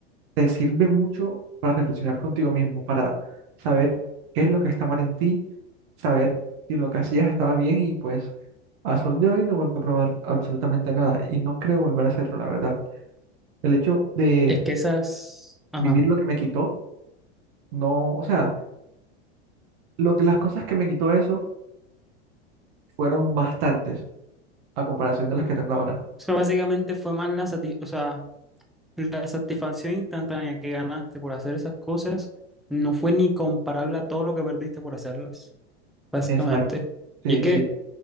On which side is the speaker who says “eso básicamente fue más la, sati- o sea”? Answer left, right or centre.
Centre